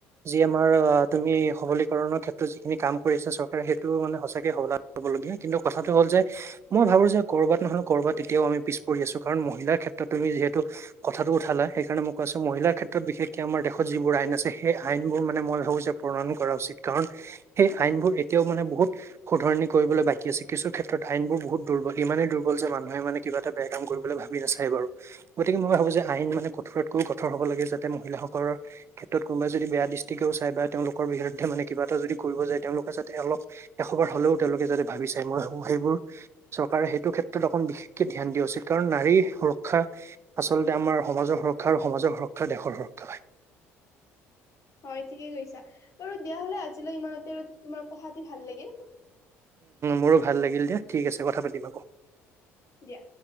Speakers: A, on the right; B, on the left.
A: যি আমাৰ আহ তুমি সবলীকৰণৰ ক্ষেত্ৰত যিখিনি কাম কৰি আছে চৰকাৰে সেইটো মানে সঁচাকে সবলবলগীয়া কিন্তু কথাটো হ'ল যে মই ভাবো যে কৰ'বাত নহ'লে ক'বাত তেতিয়াও আমি পিছ পৰি আছো কাৰণ মহিলাৰ ক্ষেত্ৰত তুমি যিহেতু কথাটো উঠালা সেইকাৰণে মোক মহিলাৰ ক্ষেত্ৰত বিশেষকে আমাৰ দেশত যিবোৰ আইন আছে সেই আইনবোৰ মানে মই ভাবো যে প্ৰণয়ন কৰা উচিত কাৰণ সেই আইনবোৰ এতিয়াও মানে বহুত শুধৰনি কৰিবলৈ বাকী আছে কিছু ক্ষেত্ৰত আইন বোৰ বহুত দুৰ্বল ইমানেই দুৰ্বল যে মানুহে মানে কিবা এটা বেয়া কাম কৰিবলৈ ভাবি নাচায় এবাৰু গতিকে মই ভাবো যে আইন মানে কঠোৰ কঠোৰ হ'ব লাগে যাতে মহিলাসকলৰ ক্ষেত্ৰত কোনোবা যদি বেয়া দৃষ্টিকেও চাই বা তেওঁলোকৰ বিৰুদ্ধে মানে কিবা এটা যদি কৰিব যায় তেওঁলোকে যাতে অলপ এশবাৰ হ'লেও তেওঁলোকে যাতে ভাবি চায় মই ভাবো সেইবোৰ চৰকাৰে সেইটো ক্ষেত্ৰত অকণ বিশেষকে ধ্যান দিয়া উচিত কাৰণ নাৰী সুৰক্ষা আচলতে আমাৰ সমাজৰ স সুৰক্ষা আৰু সমাজৰ সুৰক্ষা দেশৰ সুৰক্ষা হয়।
B: হয় ঠিকেই কৈছা বাৰু দিয়া হলে আজিলৈ ইমানতে আৰু তোমাৰ কথাতি ভাল লাগিল।
A: মোৰো ভাল লাগিল দিয়া ঠিক আছে কথা পাতিম আকৌ।
B: দিয়া।